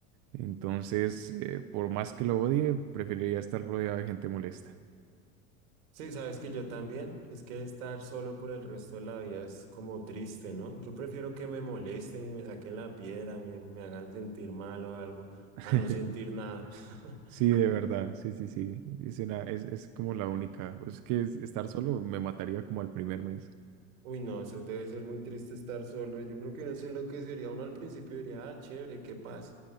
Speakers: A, on the right (about 55°); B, on the right (about 85°).
A: Entonces, eh, por más que lo odie, preferiría estar rodeado de gente molesta.
B: Sí, sabes que yo también. Es que estar solo por el resto de la vida es como triste, ¿no? Yo prefiero que me molesten y me saquen la piedra, me, me hagan sentir mal o algo,
A: <laughs>
B: a no sentir nada. <laughs>
A: Sí, de verdad, sí, sí, sí. Es una, es, es como la única. Es que es- estar solo me mataría como al primer mes.
B: Uy, no, eso debe ser muy triste estar solo. Yo creo que no sé lo que sería uno al principio diría, ah, chévere, qué paz.